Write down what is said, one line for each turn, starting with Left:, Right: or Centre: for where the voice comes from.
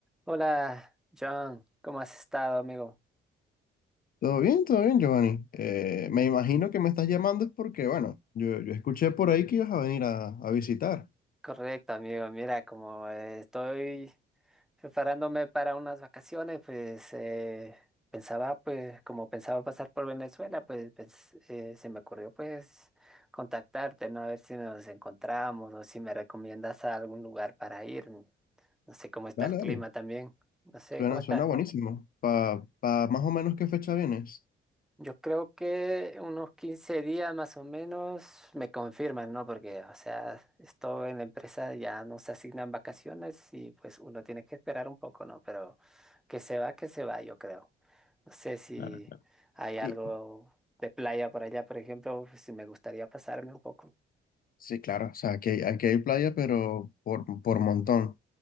Centre: Hola, John, ¿cómo has estado, amigo?
Left: Todo bien, todo bien, Giovanni. Eh, me imagino que me estás llamando es porque, bueno, yo, yo escuché por ahí que ibas a venir a, a visitar.
Centre: Correcto, amigo. Mira, como eh, estoy preparándome para unas vacaciones, pues eh, pensaba, pues, como pensaba pasar por Venezuela, pues, pens- eh, se me ocurrió, pues, contactarte, ¿no? A ver si nos encontramos o si me recomiendas a algún lugar para ir. No sé cómo está
Left: Dale,
Centre: el clima
Left: dale.
Centre: también. No sé
Left: Suena,
Centre: cómo está.
Left: suena buenísimo. ¿Pa, pa más o menos qué fecha vienes?
Centre: Yo creo que unos 15 días más o menos me confirman, ¿no? Porque, o sea, esto en la empresa ya nos asignan vacaciones y pues uno tiene que esperar un poco, ¿no? Pero que se va, que se va, yo creo. No sé si
Left: Claro, claro.
Centre: hay algo
Left: Y,
Centre: de playa por allá, por ejemplo, pues, si me gustaría pasarme un poco.
Left: sí, claro, o sea, aquí, hay- aquí hay playa, pero por, por montón.